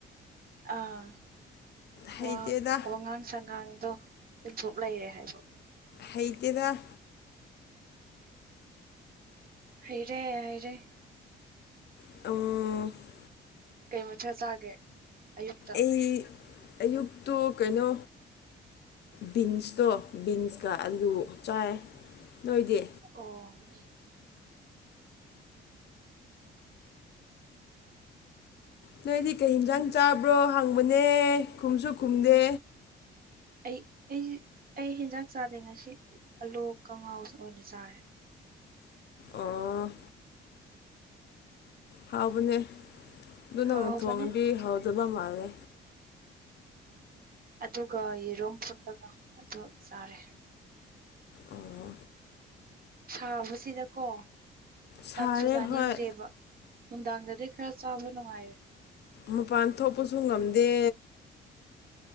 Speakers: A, on the right; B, on the left.
A: ꯑꯥ
B: ꯍꯩꯇꯦꯗ
A: ꯋꯥ ꯋꯥꯉꯥꯡ ꯁꯉꯥꯡꯗꯣ ꯏꯝꯄꯔꯨꯞ ꯂꯩꯔꯦ ꯍꯥꯏꯕ
B: ꯍꯩꯇꯦꯗ
A: ꯍꯩꯔꯦ ꯍꯩꯔꯦ
B: ꯑꫭ
A: ꯀꯩ ꯃꯊꯦꯜ ꯆꯥꯒꯦ ꯑꯌꯨꯛꯇ
B: ꯑꯩ ꯑꯌꯨꯛꯇꯨ ꯀꯩꯅꯣ ꯕꯤꯟꯁꯇꯣ ꯕꯤꯟꯁꯀ ꯑꯂꯨ ꯆꯥꯏ ꯅꯣꯏꯗꯤ
A: ꯑꯣ
B: ꯅꯣꯏꯗꯤ ꯀꯩ ꯍꯤꯟꯖꯥꯡ ꯆꯥꯕ꯭ꯔꯣ ꯍꯪꯕꯅꯦ ꯈꯨꯝꯁꯨ ꯈꯨꯝꯗꯦ
A: ꯑꯩ ꯑꯩꯁꯤ ꯑꯩ ꯍꯦꯟꯖꯥꯡ ꯆꯥꯗꯦ ꯉꯁꯤ ꯑꯥꯂꯨ ꯀꯥꯡꯉꯧ ꯑꯣꯏꯅ ꯆꯥꯔꯦ
B: ꯑꫭ ꯍꯥꯎꯕꯅꯦ ꯑꯗꯨ ꯅꯪꯅ
A: ꯍꯥꯎꯕꯅꯦ
B: ꯊꯣꯡꯉꯗꯤ ꯍꯥꯎꯇꯕ ꯃꯥꯜꯂꯦ
A: ꯑꯗꯨꯒ ꯌꯦꯔꯨꯝ ꯐꯨꯠꯂꯒ ꯑꯗꯨ ꯆꯥꯔꯦ
B: ꯑꯣ
A: ꯁꯥꯕꯁꯤꯗꯀꯣ
B: ꯁꯥꯔꯦ
A: ꯆꯥꯛꯁꯨ ꯆꯥꯅꯤꯡꯗꯦꯕ
B: ꯍꯣꯏ
A: ꯅꯨꯡꯗꯥꯡꯗꯗꯤ ꯈꯔ ꯆꯥꯕ ꯅꯨꯡꯉꯥꯏꯔꯦ
B: ꯃꯄꯥꯟ ꯊꯣꯛꯄꯁꯨ ꯉꯝꯗꯦ